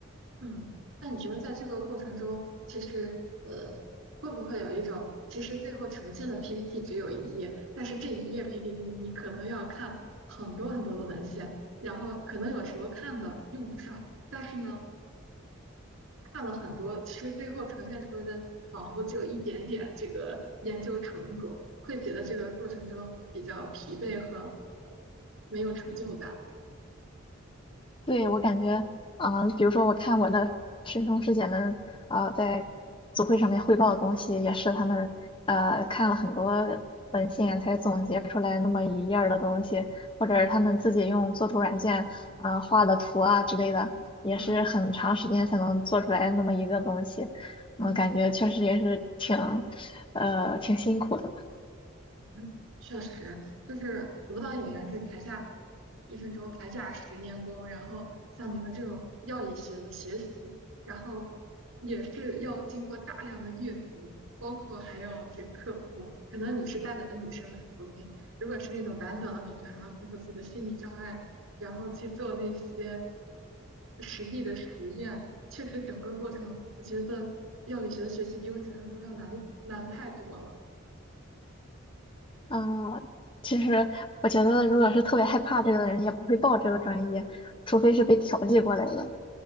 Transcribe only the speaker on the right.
嗯，那你觉得在这个过程中，其实呃，会不会有一种，其实最后呈现的 PPT 只有一页，但是这一页 PPT 你可能要看很多很多的文献，然后可能有时候看的用不上。但是呢，看了很多，其实最后呈现出来的仿佛只有一点点这个研究成果，会觉得这个过程中比较疲惫和呃没有成就感了。
嗯
嗯。
嗯，确实，就是舞蹈演员是台下一分钟，台下十年功。然后像你们这种药理学的学习，然后也是要经过大量的阅读，包括还要去克服。可能你是大胆的女生还 OK，如果是那种胆小的女生，还要克服自己的心理障碍，然后去做那些呃实地的实验。确实，整个过程我觉得药理学的学习比我想象中要难的难太多了。